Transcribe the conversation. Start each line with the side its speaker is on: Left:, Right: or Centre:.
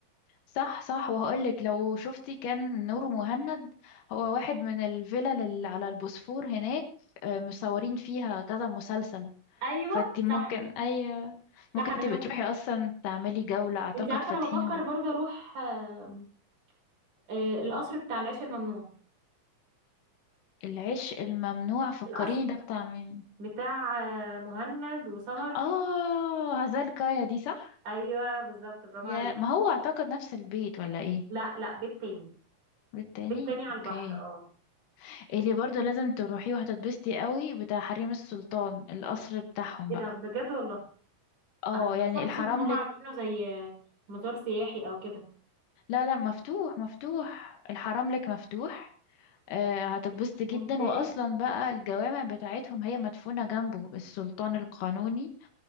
Left: صح صح وهقولك لو شفتي كان نور مهند هو واحد من الفلل اللي على البوسفور هناك آه، مصورين فيها كذا مسلسل
Right: ايوه
Left: فانتي ممكن
Right: صح
Left: أي
Right: صح
Left: ممكن
Right: انا
Left: تبقي
Right: شفت
Left: تروحي أصلا تعملي جولة أعتقد
Right: انت عارفه
Left: فاتحين
Right: انا بفكر برضه اروح آم، آه، القصر بتاع العيش الممنوع
Left: العشق الممنوع فكريني
Right: القصر
Left: ده بتاع مين
Right: بتاع آه، مهند وسمر
Left: اه هزال كايا دي صح
Right: ايوه بالظبط برافو
Left: يا
Right: عليك
Left: ما هو اعتقد نفس البيت ولا ايه
Right: لا لا بيت تاني
Left: والتاني
Right: بيت تاني على
Left: اوكي
Right: البحر اه
Left: اللي برضو لازم تروحيه وهتتبسطي قوي بتاع حريم السلطان القصر بتاعهم
Right: ايه
Left: بقى
Right: ده بجد والله
Left: اه
Right: انا ما كنتش
Left: يعني
Right: عارفه
Left: الحرملك
Right: اصلا ان هم عاملينه زي آه، مزار سياحي او كده
Left: لا لا مفتوح مفتوح الحرملك مفتوح آه هتتبسطي جدا
Right: اوكي
Left: واصلا بقى الجوامع بتاعتهم هي مدفونة جنبه السلطان القانوني